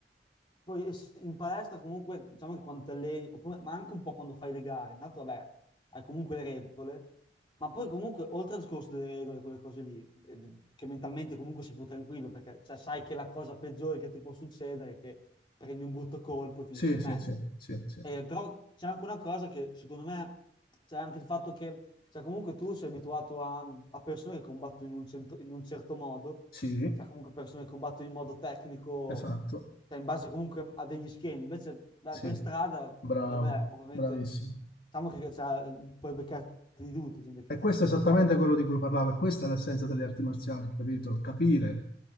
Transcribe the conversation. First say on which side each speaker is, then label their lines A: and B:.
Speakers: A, on the left; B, on the left.
A: poi es- in palestra comunque, diciamo che quando ti alleni, oppure- ma anche un po' quando fai le gare, intanto vabbè, hai comunque le regole, ma poi comunque oltre al discorso delle regole, quelle cose lì, eh, che mentalmente comunque sei più tranquillo, perché cioè, sai che la cosa peggiore che ti può succedere è che prendi un brutto colpo e finisci
B: sì,
A: il
B: sì,
A: match.
B: sì, sì, sì, sì,
A: Eh, però c'è anche una cosa che secondo me c'è anche il fatto che cioè, comunque tu sei abituato a, a persone che combattono in un, cento- in un certo modo,
B: sì,
A: cioè comunque persone che combattono in modo tecnico
B: esatto,
A: cioè in base comunque a degli schemi. Invece beh,
B: sì,
A: per strada,
B: bravo,
A: vabbè, ovviamente,
B: bravissimo.
A: diciamo che cioè, puoi beccarti di tutto, gente che
B: E
A: fa
B: questo
A: qualsiasi
B: è esattamente
A: cosa.
B: quello di cui parlavo, e questa è l'essenza delle arti marziali, capito? Capire,